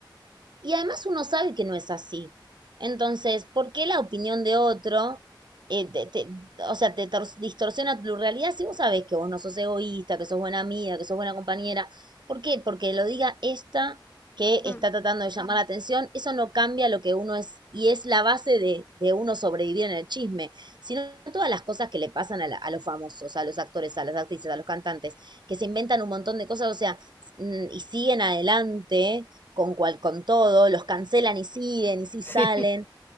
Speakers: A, on the right; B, on the left.
A: Y además uno sabe que no es así. Entonces, ¿por qué la opinión de otro, eh, te- te- o sea, te distorsiona tu realidad si vos sabés que vos no sos egoísta, que sos buena amiga, que sos buena compañera? ¿Por qué? Porque lo diga esta que
B: Mm,
A: está
B: <laughs>
A: tratando de llamar la atención, eso no cambia lo que uno es y es la base de, de uno sobrevivir en el chisme, sino todas las cosas que le pasan a, la- a los famosos, a los actores, a las actrices, a los cantantes, que se inventan un montón de cosas, o sea, mm, y siguen adelante con, cual, con todo, los cancelan y siguen y sí
B: Sí.
A: salen.